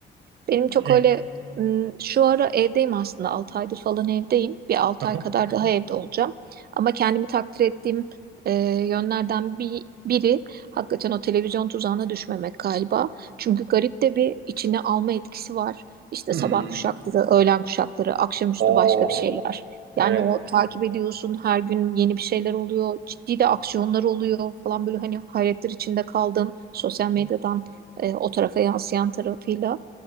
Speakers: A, on the right; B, on the right.
A: Benim çok
B: E,
A: öyle ım, şu ara evdeyim aslında 6 aydır falan evdeyim. Bir 6
B: hı
A: ay
B: hı.
A: kadar daha evde olacağım. Ama kendimi takdir ettiğim e, yönlerden bir biri hakikaten o televizyon tuzağına düşmemek galiba. Çünkü garip de bir içine alma etkisi var. İşte
B: Hmm.
A: sabah kuşakları, öğlen kuşakları, akşamüstü
B: Oo.
A: başka bir şeyler.
B: Evet.
A: Yani o takip ediyorsun her gün yeni bir şeyler oluyor. Ciddi de aksiyonlar oluyor falan böyle hani hayretler içinde kaldım. Sosyal medyadan e, o tarafa yansıyan tarafıyla